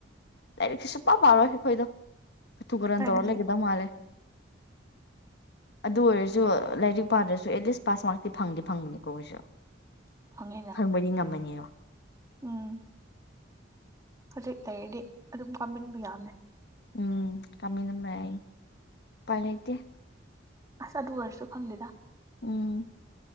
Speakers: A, on the left (about 60°); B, on the right (about 20°).
A: ꯂꯥꯏꯔꯤꯛꯁꯨ ꯁꯨꯡ ꯄ ꯄꯥꯔꯣꯏ ꯑꯩꯈꯣꯏꯗꯣ ꯀꯇꯨ ꯀꯔꯟ
B: ꯀꯗꯥꯏꯗꯒꯤ
A: ꯇꯧꯔ ꯂꯩꯒꯗꯧ ꯃꯥꯂꯦ ꯑꯗꯨ ꯑꯣꯏꯔꯁꯨ ꯂꯥꯏꯔꯤꯛ ꯄꯥꯗ꯭ꯔꯁꯨ ꯑꯦꯠꯂꯤꯁ ꯄꯥꯁ ꯃꯥꯔꯇꯤ ꯐꯪꯗꯤ ꯐꯪꯕꯅꯤꯀꯣ ꯑꯣꯏꯁꯨ꯫
B: ꯐꯪꯉꯦꯅ
A: ꯐꯪꯕꯗꯤ ꯉꯝꯃꯅꯦꯌꯣ
B: ꯎꯝ ꯍꯧꯖꯤꯛ ꯂꯩꯔꯗꯤ ꯑꯗꯨꯝ ꯀꯥꯃꯤꯟꯕ ꯌꯥꯃꯦ
A: ꯎꯝ ꯀꯃꯤꯟꯅ ꯃꯥꯏ ꯄꯥꯏꯂꯩꯇꯦ
B: ꯑꯁ ꯑꯗꯨ ꯑꯣꯏꯔꯁꯨ ꯈꯪꯗꯦꯗ
A: ꯎꯝ